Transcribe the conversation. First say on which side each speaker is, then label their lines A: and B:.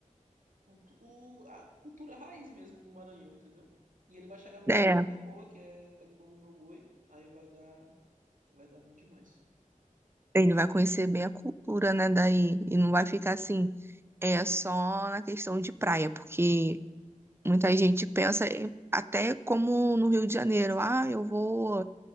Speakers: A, on the right (about 70°); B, on the right (about 15°).
A: o, o- a cultura raiz mesmo do Maranhão, entendeu? E ele vai chegar numa
B: É.
A: época muito boa, que é a época de Bom Meu Boi. Aí vai dar, vai dar bom demais.
B: Ele vai conhecer bem a cultura, né, daí, e não vai ficar assim, é só na questão de praia, porque muita gente pensa em- até como no Rio de Janeiro, ah, eu vou,